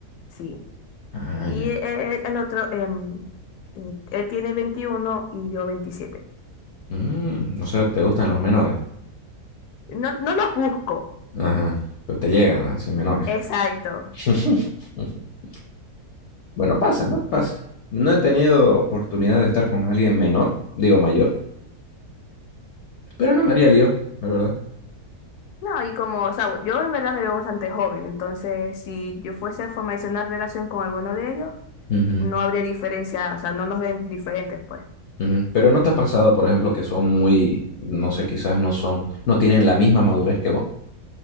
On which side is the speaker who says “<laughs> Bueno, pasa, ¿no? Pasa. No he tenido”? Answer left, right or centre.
Left